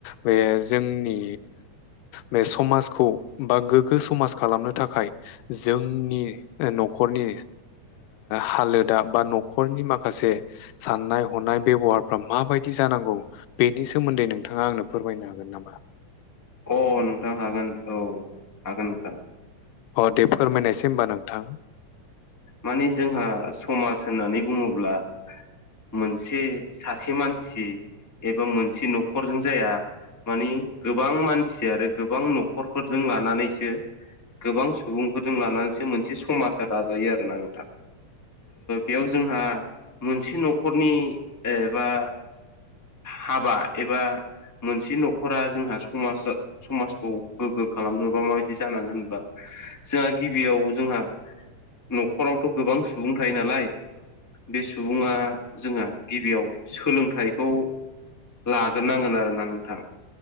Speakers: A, on the left (about 85°); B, on the left (about 25°).
A: बे जोंनि बे समाजखौ बा गोग्गो समाज खालामनो थाखाय जोंनि न'खरनि हालोदा बा न'खरनि माखासे साननाय हरनाय बेब'हारफ्रा मा बायदि जानांगौ बेनि सोमोन्दै नोंथाङा आंनो फोरमायनो हागोन नामा?
B: अ नोंथां हागोन औ हागोन नोंथां।
A: अ दे फोरमायनोसै होनबा नोंथां।
B: माने जोंहा समाज होननानै बुङोब्ला मोनसे सासे मानसि एबा मोनसे न'खरजों जाया मानि गोबां मानसि आरो गोबां न'खरफोरजों लानानैसो गोबां सुबुंफोरजों लानानैसो मोनसे समाजा दाजायो आरोना नोंथां। बेयाव जोंहा मोनसे न'खरनि बा हाबा एबा मोनसे न'खरा जोंहा समाज समाजखौ गोग्गो खालामनोबा मा बायदि जानांगोन होनबा, जोंहा गिबियाव जोंहा न'खरावथ' गोबां सुबुं थायो नालाय बे सुबुङा जोंहा गिबियाव सोलोंथाइखौ लाग्रोनांगोन आरोना नोंथां।